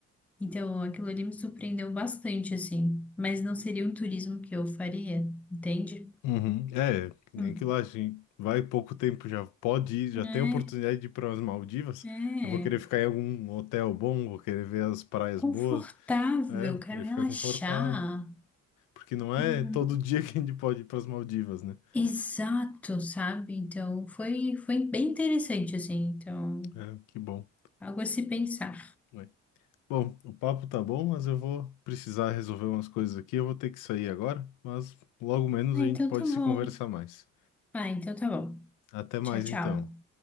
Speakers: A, in the centre; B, on the left.
A: Então, aquilo ali me surpreendeu bastante, assim. Mas não seria um turismo que eu faria, entende?
B: Uhum. É, nem
A: Hum.
B: que lá, assim, vai pouco tempo já pode ir, já
A: É,
B: tem a oportunidade de ir para as Maldivas.
A: é.
B: Eu vou querer ficar em algum hotel bom, vou querer ver as praias
A: Confortável,
B: boas, é, vou
A: quero
B: querer
A: relaxar.
B: ficar confortável, porque não é
A: Uhum.
B: todo <laughs> dia que a gente pode ir para as Maldivas, né?
A: Exato, sabe? Então, foi, foi bem interessante, assim. Então,
B: É, que bom.
A: algo a se pensar.
B: Ué. Bom, o papo tá bom, mas eu vou precisar resolver umas coisas aqui, eu vou ter que sair agora, mas logo menos
A: Ah,
B: a
A: então
B: gente pode
A: tá
B: se
A: bom.
B: conversar mais.
A: Ah, então tá bom.
B: Até mais
A: Tchau, tchau.
B: então.